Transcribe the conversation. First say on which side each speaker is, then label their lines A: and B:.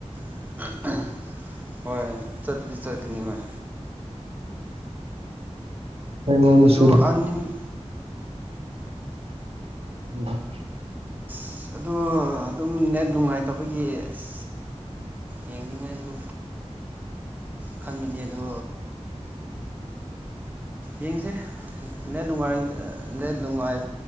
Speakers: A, on the right (about 15°); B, on the right (about 60°).
A: <unintelligible> ꯍꯣꯏ ꯆꯠꯄꯗꯤ ꯆꯠꯀꯅꯤ ꯍꯣꯏ
B: ꯑꯩꯉꯣꯅꯗꯁꯨ
A: ꯑꯗꯣ
B: <unintelligible>
A: ꯑꯅꯤꯝ
B: <unintelligible>
A: ꯑꯁ ꯑꯗꯣ ꯑꯗꯨꯝ ꯅꯦꯠ ꯅꯨꯡꯉꯥꯏꯇꯕꯒꯤ ꯑꯦꯁ ꯌꯦꯡꯅꯤꯡꯉꯥꯏꯖꯨ ꯈꯟꯕꯅꯤ ꯑꯗꯣ ꯌꯦꯡꯁꯦ ꯅꯦꯠ ꯅꯨꯡꯉꯥꯏ ꯑ ꯂꯦꯠ ꯅꯨꯡꯉꯥꯏ